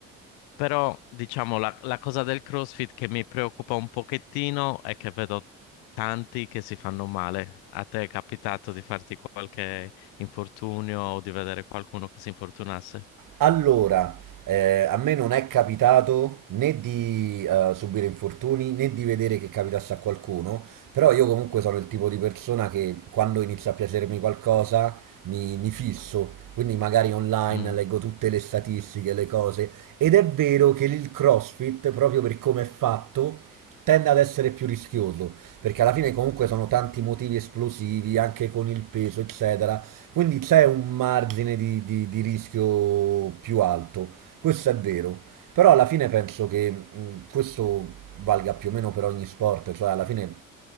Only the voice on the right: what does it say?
Allora, eh, a me non è capitato né di eh, subire infortuni né di vedere che capitasse a qualcuno, però io comunque sono il tipo di persona che quando inizia a piacermi qualcosa mi, mi fisso, quindi magari online
leggo tutte le statistiche, le cose, ed è vero che il CrossFit, proprio per come è fatto, tende ad essere più rischioso, perché alla fine comunque sono tanti motivi esplosivi, anche con il peso, eccetera quindi c'è un margine di, di- di rischio più alto, questo è vero, però alla fine penso che mh, questo valga più o meno per ogni sport, cioè alla fine